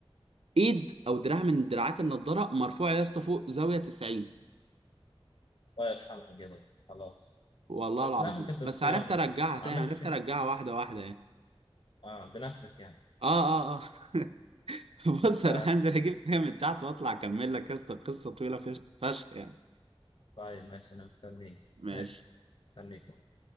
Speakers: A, on the right; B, on the left.
A: ايد او دراع من دراعات النضاره مرفوعه يا اسطى فوق زاويه 90
B: الله يرحمها كده خلاص
A: والله
B: بس
A: العظيم
B: لا ممكن تتصيانة
A: بس عرفت ارجعها تاني
B: عملت
A: عرفت
B: فين
A: ارجعها واحده واحده يعني
B: اه بنفسك يعني
A: اه اه اه <laughs> بص
B: انت
A: انا هنزل اجيب حاجه من تحت واطلع اكمل لك يا اسطى قصه طويله فش- فشخ يعني
B: طيب ماشي انا مستنيك
A: ماشي
B: ماشي مستنيك